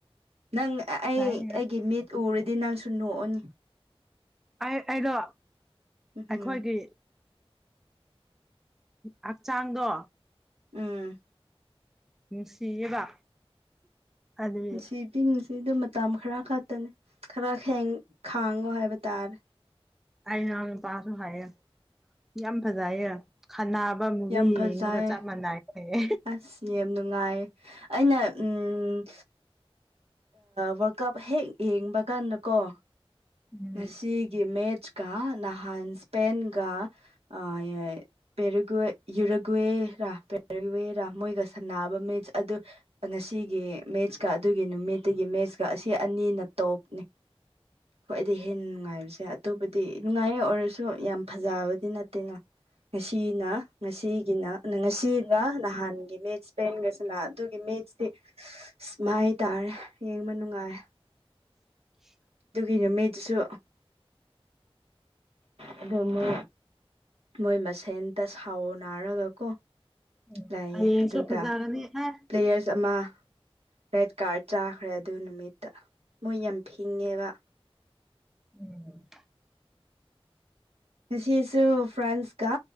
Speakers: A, on the right (about 75°); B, in the centre.
A: ꯅꯪ ꯑꯩ
B: ꯂꯥꯏꯔꯤꯛ
A: ꯑꯩꯒꯤ ꯃꯤꯠ ꯎꯔꯗꯤ ꯅꯪꯁꯨ ꯅꯣꯛꯑꯅꯤ
B: ꯑꯩ ꯑꯩꯗꯣ
A: ꯎꯝ
B: ꯑꯩꯈꯣꯏꯒꯤ ꯍꯛꯆꯥꯡꯗꯣ
A: ꯎꯝ
B: ꯅꯨꯡꯁꯤꯌꯦꯕ ꯑꯗꯨꯒꯤ
A: ꯅꯨꯡꯁꯤꯕꯗꯤ ꯅꯨꯡꯁꯤ ꯃꯇꯝ ꯈꯔ ꯈꯛꯇꯅꯦ ꯈꯔ ꯍꯦꯡ ꯈꯥꯡꯉꯣ ꯍꯥꯏꯕ ꯇꯥꯔꯦ
B: ꯑꯩ ꯏꯅꯥꯎ ꯅꯨꯄꯥꯁꯨ ꯍꯥꯏꯌꯦ ꯌꯥꯝ ꯐꯖꯩꯌꯦ ꯈꯩꯅꯕ ꯃꯨꯕꯤ
A: ꯌꯥꯝ ꯐꯖꯩꯌꯦ
B: ꯌꯦꯡꯕꯒ ꯆꯞ ꯃꯥꯟꯅꯩ ꯍꯥꯏꯌꯦ
A: ꯑꯁ ꯌꯥꯝ ꯅꯨꯡꯉꯥꯏ ꯑꯩꯅ ꯎꯝ ꯋꯥꯔꯜ ꯀꯞ ꯍꯦꯛ ꯌꯦꯡꯕ ꯀꯥꯟꯗꯀꯣ
B: ꯎꯝ
A: ꯉꯁꯤꯒꯤ ꯃꯦꯠꯁ ꯀ ꯅꯍꯥꯟ ꯁꯄꯦꯟꯒ ꯑ ꯌꯦ ꯄꯦꯔꯨꯒꯦ ꯌꯨꯔꯨꯒꯋꯦꯔ ꯄꯦꯔꯨꯒꯋꯦꯔ ꯃꯣꯏꯒ ꯁꯥꯟꯕ ꯃꯦꯠꯁ ꯑꯗꯨ ꯉꯁꯤꯒꯤ ꯃꯦꯠꯁꯀ ꯑꯗꯨꯒꯤ ꯅꯨꯃꯤꯠꯇꯒꯤ ꯃꯦꯠꯁꯀ ꯑꯁꯤ ꯑꯅꯤꯅ ꯇꯣꯞꯅꯦ <inaudible> ꯈ꯭ꯋꯥꯏꯗꯩ ꯍꯦꯟ ꯅꯨꯉꯥꯏꯕꯁꯦ ꯑꯇꯣꯞꯄꯗꯤ ꯅꯨꯉꯥꯏꯌꯦ ꯑꯣꯏꯔꯁꯨ ꯌꯥꯝ ꯐꯖꯕꯗꯤ ꯅꯠꯇꯦꯅ ꯉꯁꯤꯅ ꯉꯁꯤꯒꯤꯅ ꯅ ꯉꯁꯤꯒ ꯅꯍꯥꯟꯒꯤ ꯃ‌ꯦꯠꯁ ꯄꯦꯟꯒ ꯁꯅꯥ ꯑꯗꯨꯒꯤ ꯃꯦꯠꯁꯇꯤ ꯃꯥꯏ ꯇꯔꯦ ꯌꯦꯡꯕ ꯅꯨꯉꯥꯏ
B: <inaudible>
A: ꯇꯨꯒꯤ ꯅꯨꯃꯤꯠꯁꯨ ꯑꯗꯨ ꯑꯃꯥ ꯃꯣꯏ ꯃꯁꯦꯟꯇ ꯁꯥꯎꯅꯥꯔꯒ ꯀꯣ
B: ꯎꯝ
A: ꯂꯌ‌ꯦ
B: ꯍꯌꯦꯡꯁꯨ
A: ꯑꯗꯨꯒ
B: ꯐꯖꯒꯅꯤ ꯑꯦ
A: ꯄ꯭ꯂꯦꯌꯔꯁ ꯑꯃꯥ ꯔꯦꯠ ꯀꯔꯥꯠ ꯆꯥꯈ꯭ꯔꯦ ꯑꯗꯨ ꯅꯨꯃꯤꯠꯇ ꯃꯣꯏ ꯌꯥꯝ ꯐꯤꯡꯉꯦꯕ
B: <unintelligible>
A: ꯉꯁꯤꯁꯨ ꯐ꯭ꯔꯥꯟꯁꯀ